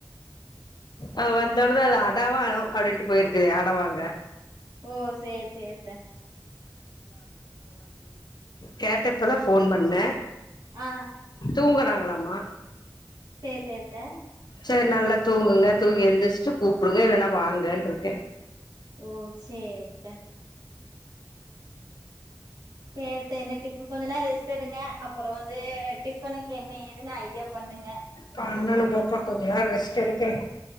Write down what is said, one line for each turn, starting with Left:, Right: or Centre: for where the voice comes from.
Left: அவ வந்த ஒட்னே தா அது அ <unintelligible> அப்டின்ட்டு பொயிருக்குது அட வாங்க
Right: ஓ சேர் சேரித்தே
Left: கேட்டப்பதா ஃபோன் பண்ணே
Right: அ
Left: தூங்றாங்களாமா
Right: சேர் சேரித்தே
Left: சேரி நல்லா தூங்குங்க தூங்கி எந்திரிச்சிட்டு கூப்டுங்க இல்லன்னா வாங்கன்ருக்கே
Right: ஓ சேரித்தே சேரித்தே என்ன டிப் கொஞ்ச நேரோ ரெஸ்ட் எடுங்க அப்றோ வந்து டிஃபனுக்கு என்ன ஏதுன்னு ஐடியா பண்ணுங்க
Left: பண்ணனு போப்ப கொஞ்ச நேரரோ ரெஸ்ட் எடுக்குறே